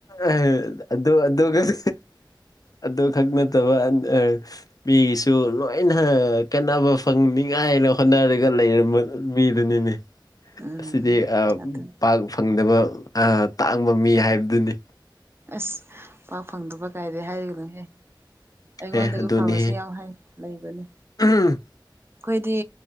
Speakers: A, on the left (about 50°); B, on the right (about 30°).
A: ꯑ ꯑꯗꯣ ꯑꯗꯣ ꯈꯛ ꯑꯗꯣ ꯈꯛ ꯅꯠꯇꯕ ꯃꯤꯒꯤꯁꯨ ꯂꯣꯏꯅ ꯀꯟꯅꯕ ꯐꯪꯅꯤꯡꯉꯥꯏꯅ ꯍꯣꯠꯅꯔꯒ ꯂꯩꯔꯝꯕ ꯃꯤꯗꯅꯤꯅꯦ
B: ꯎꯝ
A: ꯑꯁꯤꯗꯤ ꯑ
B: ꯑꯗꯨꯅꯤ
A: ꯄꯥꯛ ꯐꯪꯗꯕ ꯑ ꯇꯥꯡꯕ ꯃꯤ ꯍꯥꯏꯕꯗꯨꯅꯤ
B: ꯑꯁ ꯄꯥꯛ ꯐꯪꯗꯕ ꯀꯥꯏꯗꯤ ꯍꯥꯏꯒꯅꯨꯍꯦ ꯑꯩꯉꯣꯟꯗꯒꯤ
A: ꯑꯦ ꯑꯗꯨꯅꯤꯍꯦ
B: ꯐꯕꯁꯨ ꯌꯥꯝ ꯍꯩ ꯂꯩꯕꯅꯤ
A: ꯎꯝ
B: ꯈꯣꯏꯗꯤ